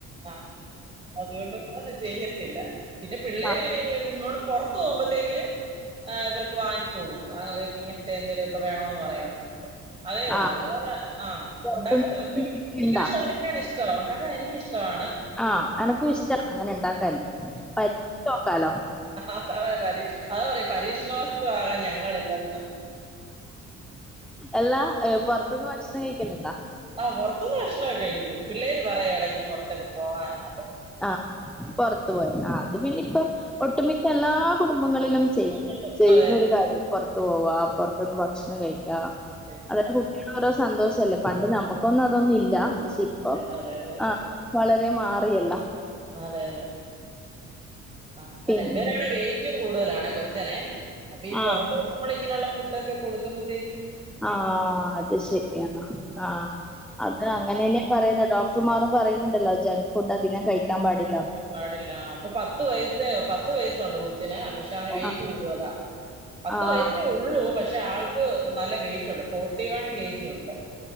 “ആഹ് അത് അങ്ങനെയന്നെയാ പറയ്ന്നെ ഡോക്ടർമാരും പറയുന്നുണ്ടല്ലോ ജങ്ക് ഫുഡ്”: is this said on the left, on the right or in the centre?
Centre